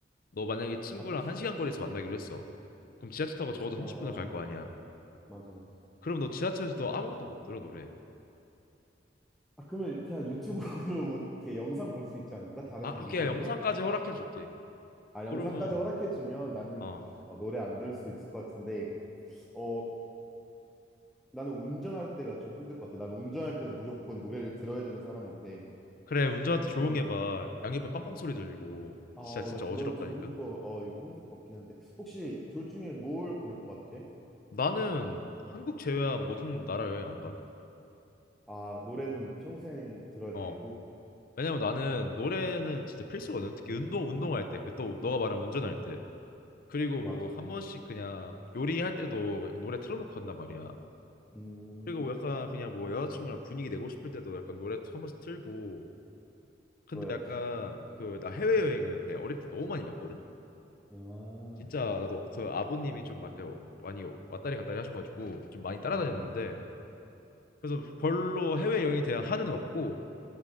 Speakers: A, on the left; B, in the centre.
A: 너 만약에 친구랑
B: 아 그치.
A: 한 시간 거리에서 만나기로 했어. 그럼 지하철 타고 적어도
B: 어
A: 30분을 갈 거 아니야.
B: 맞아 맞아.
A: 그럼 너 지하철에서도 아무것도 못 들어 노래.
B: 아, 그러면 그냥 유튜브로 <laughs> 뭐 이렇게 영상 볼 수 있지 않을까? 다른
A: 아,
B: 영상들?
A: 오케이 영상까지 허락해 줄게.
B: 아,
A: 그러면
B: 영상까지 허락해주면 나는
A: 어
B: 어, 노래 안 들을 수 있을 것 같은데, 어, 나는 운전할 때가 좀 힘들 것 같아. 나는 운전할 때는 무조건 노래를 들어야 되는 사람인데,
A: 그래 운전할 때 조용히
B: 이건,
A: 해봐. 양옆에 빵빵 소리 들리고
B: 어,
A: 진짜 진짜
B: 나 그건
A: 어지럽다니까.
B: 좀 힘들 거, 어, 힘들 것 같긴 한데, 혹시 둘 중에 뭘 고를 것 같아?
A: 나는 한국 제외한 모든 나라 여행 안 가기.
B: 아, 노래는 평생 들어야
A: 어.
B: 되고,
A: 왜냐면 나는 노래는 진짜 필수거든. 특히 운동 운동할 때, 그 또 너가 말한 운전할 때, 그리고
B: 맞아.
A: 뭐 한 번씩 그냥 요리할 때도 노래 틀어놓고 한단 말이야.
B: 음,
A: 그리고 뭐 약간 그냥 뭐 여자친구랑 분위기 내고 싶을 때도 약간 노래 한 번씩 틀고. 근데
B: 들어야지.
A: 약간 그 나 해외여행을 내가 어릴 때 너무 많이 갔거든.
B: 아,
A: 진짜 나도 그 아버님이 좀 막 많이 왔다리 갔다리 하셔가지고 좀 많이 따라다녔는데
B: 음,
A: 그래서 별로 해외여행에 대한 한은 없고